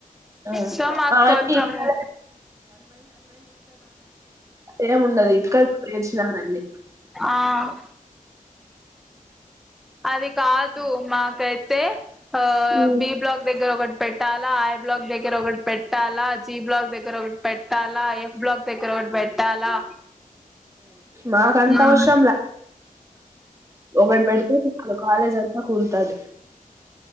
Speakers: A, on the right; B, in the centre.
A: ఆ
B: సో మాక్
A: అవన్నీ
B: కొంచము
A: ఇటుకలే ఏముండదు. ఇటుకల్ పేర్చినారన్ని.
B: ఆ అది కాదు. మాకైతే, హా
A: ఉమ్
B: బి బ్లాక్ దగ్గర ఒక పెట్టాలా, ఐ బ్లాక్ దగ్గర ఒకటి పెట్టాలా, జి బ్లాక్ దగ్గర ఒకటి పెట్టాలా, ఎఫ్ బ్లాక్ దగ్గర ఒకటి పెట్టాలా.
A: మాకంత
B: మ్
A: అవసరం లా ఒకటి పెడితే చుట్టు కాలేజ్ అంతా కూల్తది.